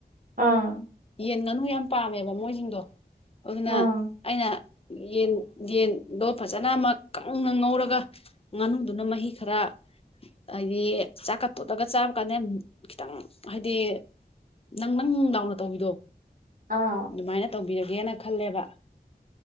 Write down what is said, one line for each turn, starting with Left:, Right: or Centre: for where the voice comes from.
Right: ꯑꯥ
Left: ꯌꯦꯟ ꯉꯥꯅꯨ ꯌꯥꯝ ꯄꯥꯝꯃꯦꯕ ꯃꯣꯏꯁꯤꯡꯗꯣ ꯑꯗꯨꯅ
Right: ꯑꯥ
Left: ꯑꯩꯅ ꯌꯦꯟ ꯌꯦꯟꯗꯣ ꯐꯖꯅ ꯑꯃ ꯀꯪꯅ ꯉꯧꯔꯒ ꯉꯥꯅꯨꯗꯨꯅ ꯃꯍꯤ ꯈꯔ ꯍꯥꯏꯗꯤ ꯆꯥꯛꯀ ꯇꯣꯠꯂꯒ ꯆꯥꯕ ꯀꯥꯟꯗ ꯈꯤꯇꯪ ꯍꯥꯏꯗꯤ ꯅꯪ ꯅꯪ ꯂꯥꯎꯅ ꯇꯧꯕꯤꯗꯣ
Right: ꯑꯥ
Left: ꯑꯗꯨꯃꯥꯏꯅ ꯇꯧꯕꯤꯔꯒꯦꯅ ꯈꯜꯂꯦꯕ